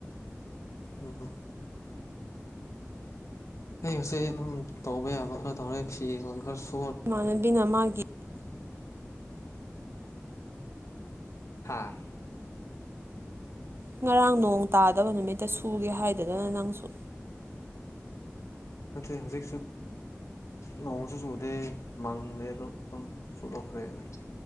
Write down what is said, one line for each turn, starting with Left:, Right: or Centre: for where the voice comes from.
Left: ꯎꯝꯝ ꯑꯩ ꯉꯁꯤ ꯑꯗꯨꯝ ꯇꯧꯕ ꯌꯥꯕ ꯈꯔ ꯇꯧꯔꯦ ꯐꯤꯔꯣꯟ ꯈꯔꯁꯨ
Right: ꯏꯃꯥꯟꯅꯕꯤꯅ ꯃꯥꯒꯤ
Left: ꯍꯥꯥ
Right: ꯉꯔꯥꯡ ꯅꯣꯡ ꯇꯥꯗꯕ ꯅꯨꯃꯤꯠꯇ ꯁꯨꯒꯦ ꯍꯥꯏꯗꯗꯅ ꯅꯪꯁꯨ
Left: ꯅꯠꯇꯦ ꯍꯧꯖꯤꯛꯁꯨ ꯅꯣꯡꯁꯨ ꯆꯨꯗꯦ ꯃꯪꯗꯦ ꯑꯗꯣ ꯑꯗꯨꯝ ꯆꯨꯗꯣꯛꯈ꯭ꯔꯦ ꯑꯩꯅ